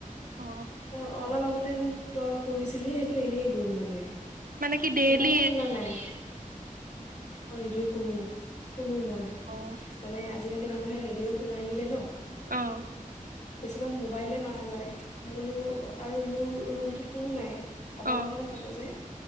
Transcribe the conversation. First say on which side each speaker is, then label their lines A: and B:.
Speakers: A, on the right (about 85°); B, on the left (about 55°).
A: অ
B: ত অলপ আগতে ততে তই কৰিছিলি সেইটো এনেই গ'ল মানে
A: মানে কি ডেইলি
B: সেইকাৰণে শুনা নাই অঁ ৰেডিঅ' শুনো। কুনো মই
A: অ
B: মানে আজিকালি মানুহে ভিডিঅ শুনা এইিলে ন!
A: আহ।
B: বেছিভাগ মোবাইলেই মাৰা যায় মোলৈ আৰু মোৰ ৰুমটোত কোনো নাই। অকলে
A: অ
B: অকলে থাকো যে!